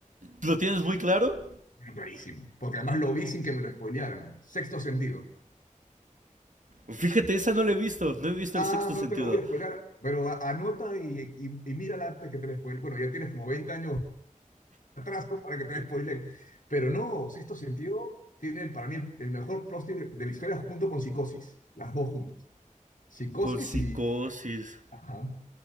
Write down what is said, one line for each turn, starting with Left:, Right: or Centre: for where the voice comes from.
Right: ¿Lo tienes muy claro?
Left: lo clarísimo, porque además lo vi sin que me lo spoilearan. Sexto sentido.
Right: Fíjate, esa no la he visto. No he visto
Left: Ah,
Right: el sexto
Left: no
Right: sentido.
Left: te lo voy a spoilear, pero a- anota y, y, y mírala antes que te la spoile. Bueno, ya tienes como 20 años de atraso para que te la spoilen. Pero no, Sexto sentido tiene para mí el, el mejor plot twist de, de la historia junto con Psicosis, las dos juntas. Psicosis
Right: Con psicosis.
Left: y... Ajá,